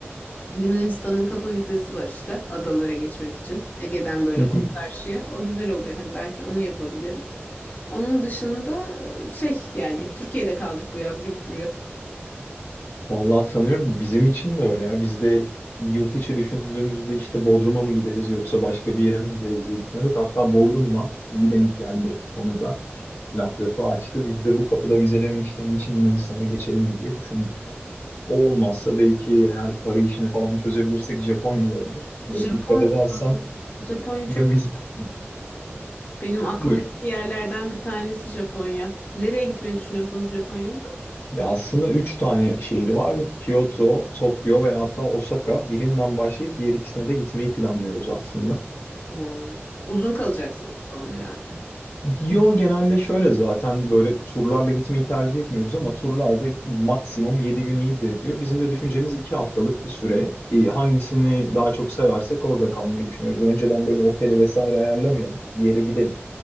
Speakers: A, on the left; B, on the left.
A: Yunanistan'ın kapı vizesi var işte adalara geçmek için. Ege'den böyle
B: <laughs>
A: hop karşıya. O güzel oluyor. Hani belki onu yapabilirim. Onun dışında eee, şey yani Türkiye'de kaldık bu yaz gibi duruyor.
B: Vallahi sanıyorum bizim için de öyle ya. Biz de yurt içi düşündüğümüzde işte Bodrum'a mı gideriz yoksa başka bir yere mi gideriz diye düşünüyorduk. Hatta Bodrum'dan iyi denk geldi konuda. Laf lafı açtı. Biz de bu kapıda vizeleme işlemi için Yunanistan'a geçelim mi diye düşündük. O olmazsa belki eğer para işini falan çözebilirsek Japonya olabilir.
A: <laughs>
B: Böyle
A: Japonya.
B: dikkat edersen
A: Japonya
B: ya
A: çok
B: biz... Hı,
A: benim aklımdaki
B: Buyur.
A: yerlerden bir tanesi Japonya. Nereye gitmeyi düşünüyorsunuz Japonya'ya?
B: Ya aslında üç tane şehir var. Kyoto, Tokyo ve hatta Osaka. Birinden başlayıp diğer ikisine de gitmeyi planlıyoruz aslında.
A: Oo. Uzun kalacaksınız o zaman herhalde.
B: Yo genelde şöyle zaten böyle turlarla gitmeyi tercih etmiyoruz ama turlarda maksimum 7 gün iyidir diyor. Bizim de düşüncemiz 2 haftalık bir süre. Ee, Hangisini daha çok seversek orada kalmayı düşünüyoruz. Önceden böyle oteli vesaire ayarlamayalım. Bir yere gidelim.